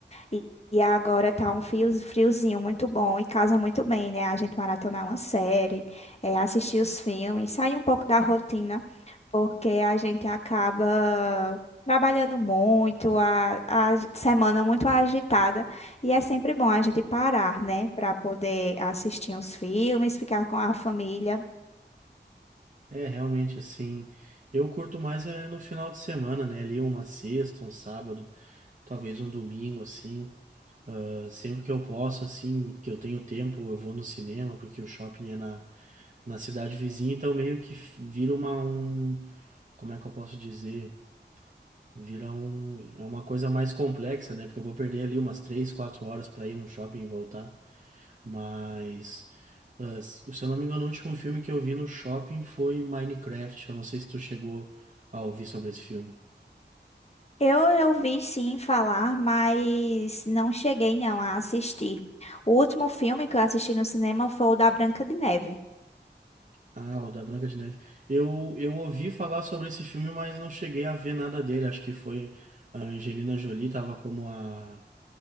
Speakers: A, on the left (about 35°); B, on the right (about 45°).
A: E, e agora tá um frio, friozinho muito bom e casa muito bem, né? A gente maratonar uma série, é, assistir os filmes, sair um pouco da rotina, porque a gente acaba trabalhando muito, a, a semana muito agitada. E é sempre bom a gente parar, né, para poder assistir os filmes, ficar com a família.
B: É realmente assim. Eu curto mais é no final de semana, né? Ali uma sexta, um sábado, talvez um domingo, assim. Ah, Sempre que eu posso, assim, que eu tenho tempo, eu vou no cinema, porque o shopping é na, na cidade vizinha, então meio que f- vira uma, um, como é que eu posso dizer? Vira um, é uma coisa mais complexa, né? Porque eu vou perder ali umas três, quatro horas para ir no shopping e voltar. Mas, ah, se se eu não me engano, o último filme que eu vi no shopping foi Minecraft. Eu não sei se tu chegou a ouvir sobre esse filme.
A: Eu ouvi sim falar, mas não cheguei não a assistir. O último filme que eu assisti no cinema foi o da Branca de Neve.
B: Ah, o da Branca de Neve. Eu, eu ouvi falar sobre esse filme, mas não cheguei a ver nada dele. Acho que foi a Angelina Jolie, tava como a.